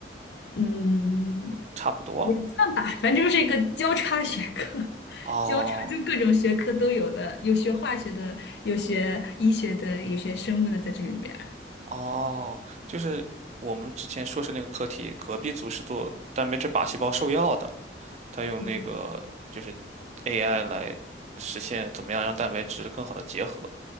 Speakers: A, on the left; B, on the right.
A: 嗯，
B: 差不多。
A: 也算吧，反正就是一个交叉学科，<laughs>
B: 哦
A: 交叉就各种学科都有的，有学化学的，有学医学的，有学生物的在这里面儿。
B: 哦，就是我们之前硕士那个课题，隔壁组是做蛋白质靶细胞受药的，他用那个就是
A: 嗯，
B: AI 来实现怎么样让蛋白质更好的结合，